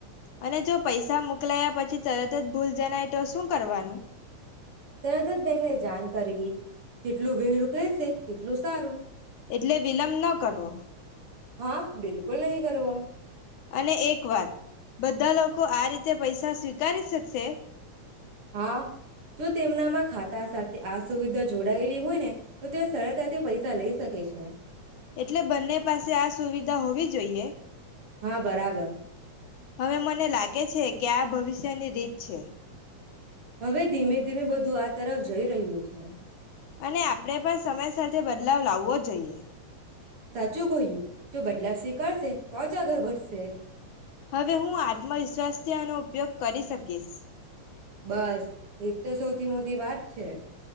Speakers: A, on the left; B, on the right.
A: અને જો પૈસા મોકલાયા પછી તરત જ ભૂલ જણાય તો શું કરવાનું?
B: તરત જ બેંકને જાન કરવી, જેટલું વે વેલું કહેસે એટલું સારું.
A: એટલે વિલંબ ન કરવો
B: હા બિલકુલ નહી કરવો.
A: અને એક વાત બધા લોકો આ રી તે પૈસા સ્વીકારી શકશે.
B: હા, જો તેમનામાં ખાતા સાથે આ સુવિધા જો ડાવેલી હોય ને તો તેઓ સરળતાથી પૈ સા લઈ શકે છે.
A: એટલે બંને પાસે આ સુવિધા હોવી જોઈએ?
B: હા બરાબર
A: હવે મને લાગે છે કે આ ભવિષ્યની રીત છે.
B: હવે ધીમે ધીમે બ ધું આ તરફ જઈ રહ્યું છે.
A: અને આપણે પણ સમય સાથે બદલાવ લાવવો જોઈએ.
B: સાચું કહ્યું, જો બદલાવ સ્વીકારશે તો જ આગળ વધશે.
A: હવે હું આત્મવિશ્વાસથી આનો ઉપયોગ કરી શકીશ.
B: બસ એ જ તો સૌથી મોટી વાત છે.